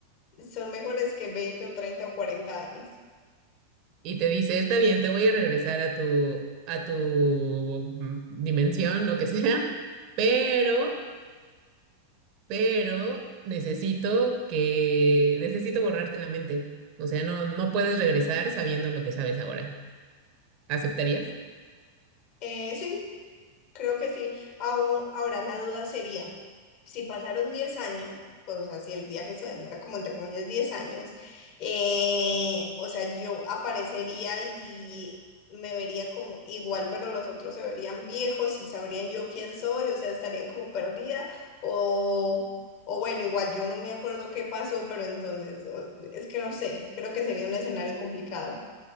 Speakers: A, on the left; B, on the right.
A: son mejores que 20 o 30 o 40 años.
B: y te dice, está bien, te voy a regresar a tu, a tu mm, dimensión, lo que sea, pero, pero necesito que, necesito borrarte la mente. O sea, no, no puedes regresar sabiendo lo que sabes ahora. ¿Aceptarías?
A: Eh, sí, creo que sí. Aún- ahora la duda sería... si pasaron 10 años, pues, o sea, si el viaje se demora como entre comillas 10 años, eh, o sea, yo aparecería y me vería como igual, pero los otros se verían viejos y sabrían yo quién soy, o sea, estaría como perdida o... O bueno, igual yo no me acuerdo qué pasó, pero entonces o- es que no sé, creo que sería un escenario complicado.